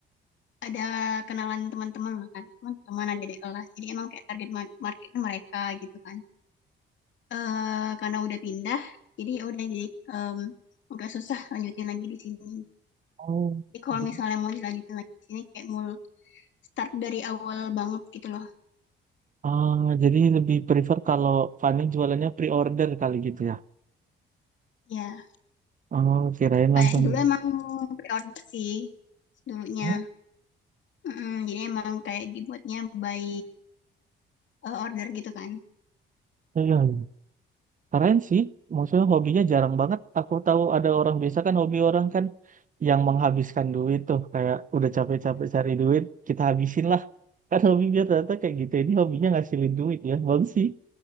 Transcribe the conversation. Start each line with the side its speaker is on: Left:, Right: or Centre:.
Left: ada kenalan teman-teman lah kan teman-teman ada di kelas jadi emang kayak target ma- marketnya mereka gitu kan eh karena udah pindah jadi ya udah jadi em, nggak susah lanjutin lagi di sini
Right: Oh,
Left: jadi kalau
Right: jadi-
Left: misalnya mau dilanjutin lagi di sini kayak mul start dari awal banget gitu loh
Right: ah, jadi lebih prefer kalau Fani jualannya pre-order kali gitu ya.
Left: ya
Right: Oh, kirain
Left: kayak
Right: langsung.
Left: dulu
Right: di-
Left: emang pre-order sih dulunya
Right: Oh,
Left: mm jadi emang kayak dibuatnya by uh, order gitu kan.
Right: iya. Keren sih, maksudnya hobinya jarang banget. Aku tahu ada orang biasa kan hobi orang kan yang menghabiskan duit tuh kayak udah capek-capek cari duit kita habisin lah. <laughs> Kan hobi dia ternyata kayak gitu. ya. Ini hobinya ngasilin duit ya, bagus sih.